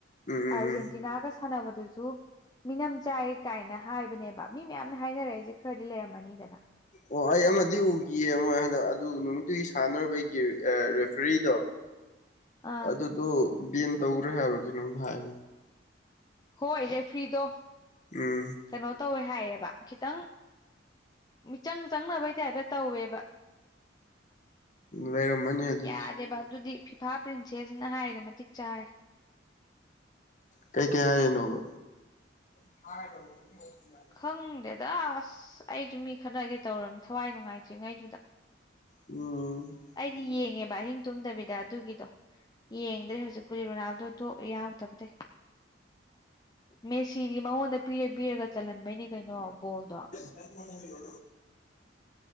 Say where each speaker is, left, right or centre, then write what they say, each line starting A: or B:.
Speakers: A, on the left (about 40°); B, on the left (about 20°).
A: ꯎꯝ
B: ꯑꯔꯖꯦꯟꯇꯤꯅꯥꯒ
A: ꯎꯝ
B: ꯁꯥꯅꯕꯗꯨꯖꯨ ꯃꯤꯅꯝ ꯆꯥꯏ ꯀꯥꯏꯅ ꯍꯥꯏꯕꯅꯦꯕ ꯃꯤ ꯃꯌꯥꯝꯅ ꯍꯥꯏꯅꯔꯛꯏꯖꯦ ꯑꯗꯨ ꯈꯔꯗꯤ ꯂꯩꯔꯝꯃꯅꯤꯗꯅ
A: ꯑꯣ ꯑꯩ ꯑꯃꯗꯤ ꯎꯒꯤꯌꯦ ꯃꯣꯏ ꯍꯟꯗꯛ ꯑꯗꯨ ꯅꯨꯃꯤꯠꯇꯨꯒꯤ ꯁꯥꯟꯅꯔꯨꯕꯒꯤ ꯑ ꯔꯦꯐ꯭ꯔꯤꯗꯣ
B: ꯑꯥ
A: ꯑꯗꯨꯗꯨ ꯕꯦꯟ ꯇꯧꯒ꯭ꯔꯦ ꯍꯥꯏꯕ ꯀꯩꯅꯣꯝ ꯍꯥꯏ
B: ꯍꯣꯏ ꯔꯦꯐ꯭ꯔꯤꯗꯣ
A: ꯎꯝ
B: ꯀꯩꯅꯣ ꯇꯧꯋꯦ ꯍꯥꯏꯌꯦꯕ ꯈꯤꯇꯪ ꯃꯤꯆꯪ ꯆꯪꯅꯕꯩ ꯇꯥꯏꯞꯇ ꯇꯧꯋꯦꯕ
A: ꯂꯩꯔꯝꯃꯅꯤ ꯑꯗꯨ
B: ꯌꯥꯗꯦꯕ ꯑꯗꯨꯗꯤ ꯐꯤꯐꯥ ꯄ꯭ꯔꯤꯟꯁꯦꯁꯅ ꯍꯥꯏꯗꯣ ꯃꯇꯤꯛ ꯆꯥꯔꯦ
A: ꯀꯩ ꯀꯩ ꯍꯥꯏꯔꯤꯅꯣꯕ <unintelligible>
B: ꯈꯪꯗꯦꯗ ꯑꯁ ꯑꯩꯁꯨ ꯃꯤ ꯈꯠꯅꯒꯦ ꯇꯧꯔꯝꯅꯦ ꯊꯋꯥꯏ ꯅꯨꯡꯉꯥꯏꯇ꯭ꯔꯤꯉꯩꯗꯨꯗ
A: ꯎꯝ
B: ꯑꯩꯗꯤ ꯌꯦꯡꯉꯦꯕ ꯑꯍꯤꯡ ꯇꯨꯝꯗꯕꯤꯗ ꯑꯗꯨꯒꯤꯗꯣ ꯌꯦꯡꯗ꯭ꯔꯦ ꯍꯧꯖꯤꯛꯄꯨꯗꯤ ꯔꯣꯅꯥꯜꯗꯣ ꯊꯣꯛ ꯌꯥꯎꯗꯕꯗꯩ ꯃꯦꯁꯤꯗꯤ ꯃꯉꯣꯟꯗ ꯄꯤꯔ ꯄꯤꯔꯒ ꯆꯜꯍꯟꯕꯩꯅꯦ ꯀꯩꯅꯣ ꯕꯣꯜꯗꯣ
A: <unintelligible>